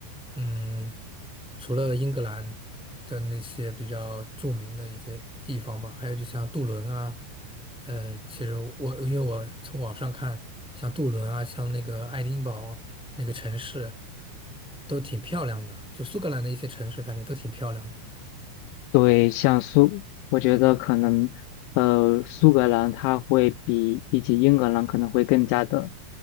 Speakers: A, in the centre; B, on the left (about 85°).
A: 嗯，除了英格兰的那些比较著名的一些地方吧，还有就像杜伦啊，呃，其实我因为我从网上看，像杜伦啊，像那个爱丁堡那个城市。都挺漂亮的，就苏格兰的一些城市感觉都挺漂亮的。
B: 对，像苏，我觉得可能，呃，苏格兰它会比比起英格兰可能会更加的，